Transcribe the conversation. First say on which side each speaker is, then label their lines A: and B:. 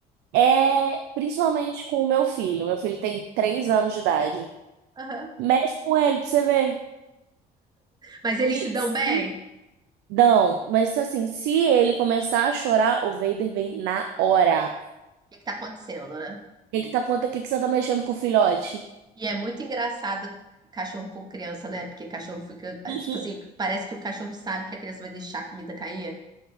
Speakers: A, on the right; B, on the right.
A: É principalmente com o meu filho. Meu filho tem três anos de idade.
B: Aham.
A: Mexe com ele pra você ver.
B: Mas eles
A: Se,
B: se dão
A: se-
B: bem? O
A: não, mas assim, se ele começar a chorar, o Vader vem na hora.
B: que que tá acontecendo, né?
A: O que que tá acontecendo? O que que você tá mexendo com o filhote?
B: E é muito engraçado cachorro com criança, né? Porque cachorro fica.
A: Uhum.
B: Tipo assim, parece que o cachorro sabe que a criança vai deixar a comida cair.